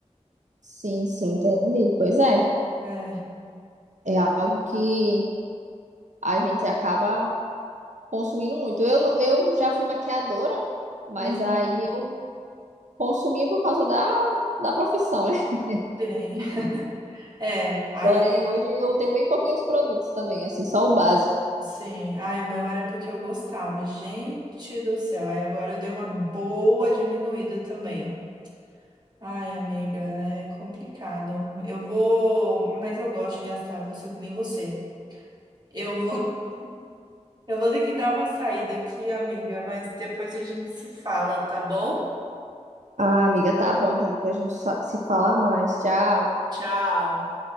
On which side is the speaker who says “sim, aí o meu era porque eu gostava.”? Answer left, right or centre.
Right